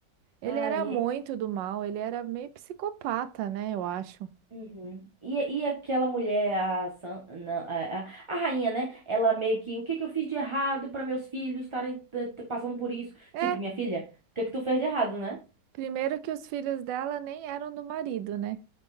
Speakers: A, on the right (about 80°); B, on the right (about 15°).
A: Ele
B: Ai,
A: era muito do mal, ele era meio psicopata, né, eu acho.
B: uhum. E, e aquela mulher, a, San- não, a, a- a rainha, né? Ela meio que, o que que eu fiz de errado para meus filhos estarem t- t- passando por isso?
A: É,
B: Tipo, minha filha, o que que tu fez de errado, né?
A: primeiro que os filhos dela nem eram do marido, né?